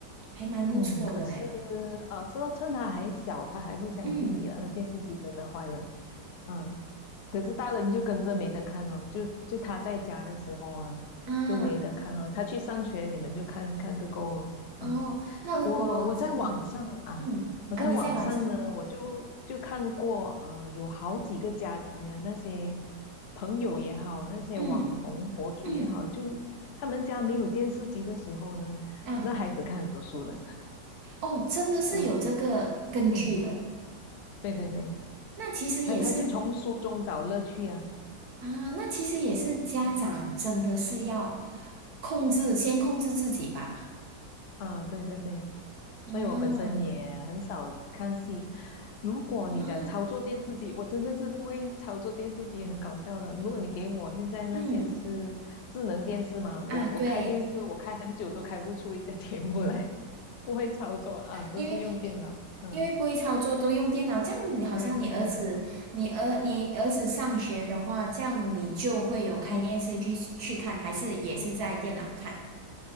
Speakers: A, on the right (about 65°); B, on the left (about 85°).
A: 还蛮不错的嘞。
B: 嗯，可是啊，是说趁他还小，他还会相信你啊。
A: 嗯
B: 那电视机真的坏了，嗯，可是大人就跟着没得看哦，就就他在家的时候啊，
A: 啊
B: 就没得看哦。他去上学，你们就看看个够了。
A: 哦，
B: 嗯，
A: 那如果这嗯嗯啊，
B: 我我在网上啊，我在网上呢，
A: 你在晚上
B: 我就就看过，呃，有好几个家庭啊，那些朋友也好，那些网红博主也好，
A: 嗯嗯
B: 就他们家没有电视机的时候呢，
A: 啊
B: 那孩子看很多书呢。
A: 哦，真的是有这个根据的。
B: 嗯嗯，对对对，
A: 那其实也是
B: 他他就从书中找乐趣啊。
A: 啊，那其实也是家长真的是要
B: 嗯
A: 控制，先控制自己吧。
B: 啊，对对对，
A: 嗯
B: 所以我本身也很少看戏。如果你讲操作电视机，
A: 啊，
B: 我真的是不会操作电视机，很搞笑的。如果你给我现在那些是智能电视嘛，
A: 嗯
B: 我我开电视，
A: 啊，对，
B: 我开很久都开不出一个 <laughs> 节目来，不会操作啊，都是用电脑。
A: 因为
B: 嗯，
A: 因为不会操作都用电脑，这样你好像你儿子，
B: 对对对，
A: 你儿你儿子上学的话，这样你就会有开电视去去看，
B: 哦
A: 还是也是在电脑看
B: 哦，